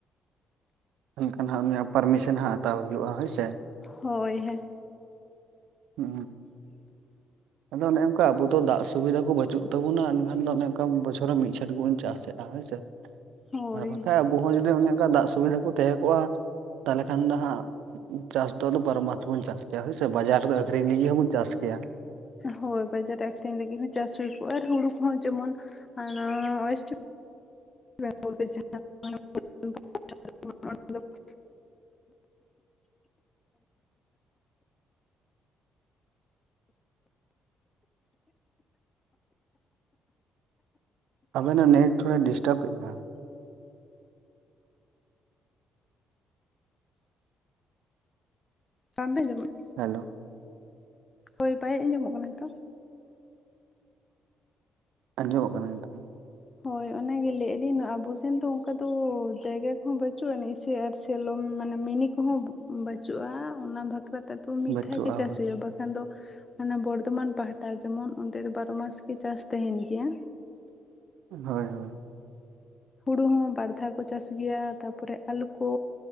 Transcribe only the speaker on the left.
ᱦᱳᱭ ᱦᱮᱸ᱾
ᱦᱳᱭ
ᱦᱳᱭ ᱵᱟᱡᱟᱨ ᱨᱮ ᱟᱠᱷᱨᱤᱧ ᱞᱟᱹᱜᱤᱫ ᱦᱚᱸ ᱪᱟᱥ ᱦᱩᱭ ᱠᱚᱜᱼᱟ᱾ ᱟᱨ ᱦᱩᱲᱩ ᱠᱚᱦᱚ ᱡᱮᱢᱚᱱ <unintelligible> <unintelligible>
ᱵᱟᱝᱵᱮᱱ ᱟᱸᱡᱚᱢᱮᱜ
ᱦᱳᱭ ᱵᱟᱭ ᱟᱸᱡᱚᱢᱚᱜ ᱠᱟᱱᱟ ᱱᱤᱛᱚᱜ?
ᱦᱳᱭ ᱚᱱᱟ ᱜᱮ ᱞᱟᱹᱭ ᱟᱞᱤᱧ ᱟᱵᱚ ᱥᱮᱱ ᱫᱚ ᱚᱱᱠᱟ ᱫᱚ ᱡᱟᱭᱜᱟ ᱠᱚᱦᱚ ᱵᱟᱪᱩᱜ ᱟᱱᱤᱡ ᱥᱮ ᱟᱨ ᱥᱮᱞᱚᱢ ᱢᱟᱱᱮ ᱢᱤᱱᱤ ᱠᱚᱦᱚ ᱵᱟᱪᱩᱜᱼᱟ᱾ ᱚᱱᱟ ᱵᱟᱠᱷᱨᱟ ᱛᱮᱫᱚ ᱢᱤᱫ
ᱫᱷᱟᱣ ᱜᱮ ᱪᱟᱥ
ᱦᱩᱭᱩᱜᱼᱟ᱾ ᱵᱟᱜ ᱟᱫᱚ ᱚᱱᱟ ᱵᱚᱨᱫᱷᱚᱢᱟᱱ ᱯᱟᱦᱴᱟ ᱡᱮᱢᱚᱱ ᱚᱱᱛᱮ ᱫᱚ ᱵᱟᱨᱚ ᱢᱟᱥ ᱜᱮ ᱪᱟᱥ ᱛᱟᱦᱮᱱ ᱜᱮᱭᱟ᱾
ᱦᱩᱲᱩ ᱦᱚ ᱵᱟᱨ ᱫᱷᱟᱣ ᱠᱚ ᱪᱟᱥ ᱜᱮᱭᱟ᱾ ᱛᱟᱯᱚᱨᱮ ᱟᱞᱩ ᱠᱚ,